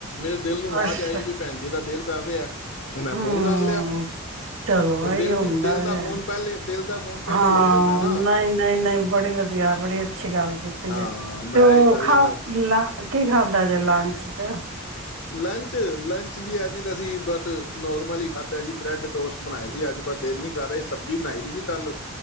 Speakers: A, on the left (about 55°); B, on the right (about 60°).
A: ਮੇਰੇ ਦਿਲ ਨੂੰ ਆਵਾਜ਼
B: ਅੱਛਾ
A: ਆਈ ਵੀ ਭੈਣ ਜੀ ਦਾ ਦਿਲ ਕਵੇਆ ਮੈਂ
B: ਹੂੰ
A: ਫੋਨ ਕਰ ਲਿਆ
B: ਚਲੋ
A: ਉਹ ਦਿਲ
B: ਇਹੀ ਹੁੰਦਾ
A: ਦੀ ਦਿਲ
B: ਜੇ।
A: ਦਾ ਫੋਨ ਪਹਿਲੇ ਦਿਲ ਦਾ ਫੋਨ ਪਹਿਲੇ
B: ਹਾਂ
A: ਲੱਗ ਜਾਂਦਾ ਐ ਨਾ
B: ਨਹੀਂ ਨਹੀਂ ਨਹੀਂ ਬੜੀ ਵਧੀਆ ਬੜੀ ਅੱਛੀ ਗੱਲ ਕੀਤੀ
A: ਹਾਂ
B: ਜ
A: ਮੈਂ
B: ਤੇ ਉਹਔ
A: ਇਹ ਗੱਲ
B: ਖਾ
A: ਹੈ ਬਸ
B: ਲ ਕੀ ਖਾਂਦਾ ਜੇ ਲੰਚ ਚ
A: ਲੰਚ ਲੰਚ ਜੀ ਅੱਜ ਤਾਂ ਅਸੀਂ ਬਸ ਨੋਰਮਲ ਹੀ ਖਾਧਾ ਜੀ ਬ੍ਰੈਡ ਟੋਸਟ ਬਣਾਏ ਸੀ ਅੱਜ ਬਸ ਦਿਲ ਨਹੀਂ ਕਰ ਰਹੇ ਸਬਜ਼ੀ ਬਣਾਈ ਦੀ ਸੀ ਕੱਲ